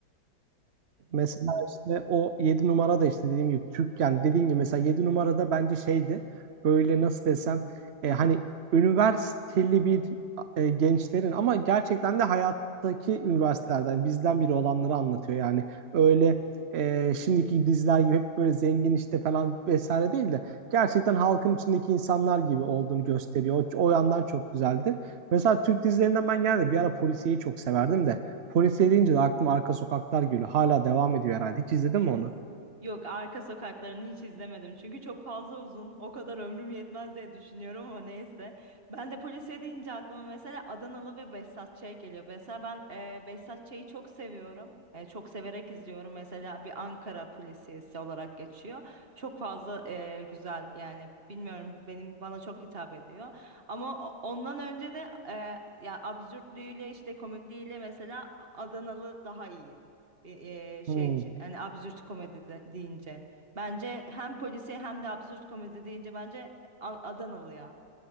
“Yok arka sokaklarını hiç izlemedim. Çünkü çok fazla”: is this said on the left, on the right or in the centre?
Right